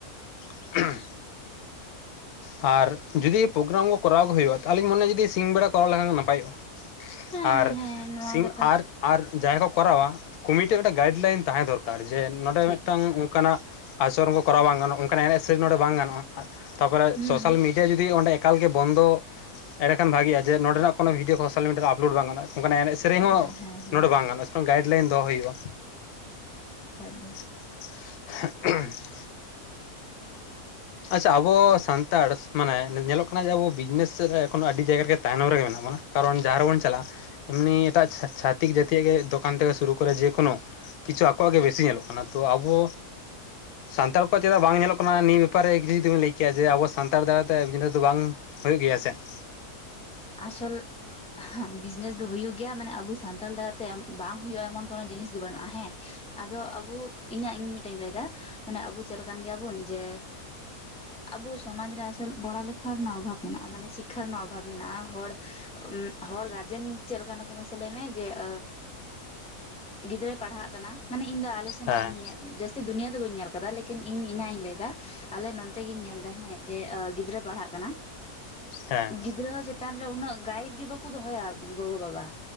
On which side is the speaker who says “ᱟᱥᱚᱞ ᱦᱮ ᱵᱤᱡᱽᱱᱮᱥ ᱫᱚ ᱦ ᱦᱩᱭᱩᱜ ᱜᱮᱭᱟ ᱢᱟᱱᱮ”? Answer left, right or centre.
Centre